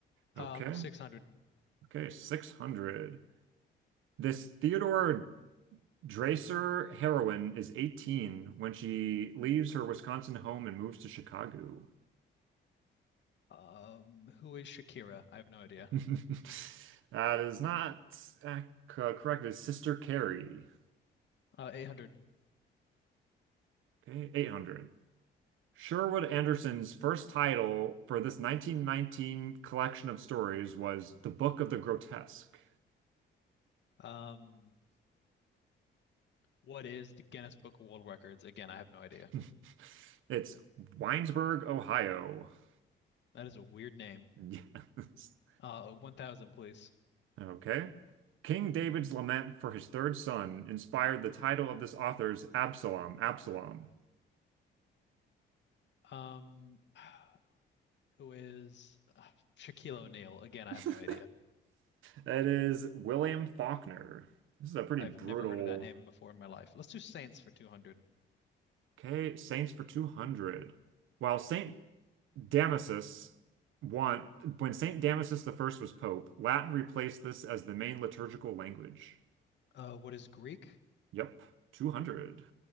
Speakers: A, on the left (about 65°); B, on the right (about 85°).
A: Uh,
B: Okay.
A: 600.
B: Okay. 600. This Theodore Dreiser heroine is 18 when she leaves her Wisconsin home and moves to Chicago.
A: Um, who is Shakira? I have no idea.
B: <laughs> That is not ac- uh, correct. It's Sister Carrie.
A: Uh, 800.
B: Okay. 800. Sherwood Anderson's first title for this 1919 collection of stories was The Book of the Grotesque.
A: Um, what is the Guinness Book of World Records? Again, I have no idea.
B: <laughs> It's Winesburg, Ohio. <laughs>
A: That is a weird name.
B: Yes.
A: Uh, 1000, please.
B: Okay. King David's lament for his third son inspired the title of this author's Absalom. Absalom.
A: Um, <sighs> who is uh, Shaquille O'Neal? Again, I
B: <laughs>
A: have no idea.
B: That is William Faulkner. This is a pretty
A: I've
B: brutal.
A: never heard of that name before in my life. Let's do Saints for 200.
B: Okay, Saints for 200. While Saint Damasus want when Saint Damasus the first was pope, Latin replaced this as the main liturgical language.
A: Uh, what is Greek?
B: Yep, 200.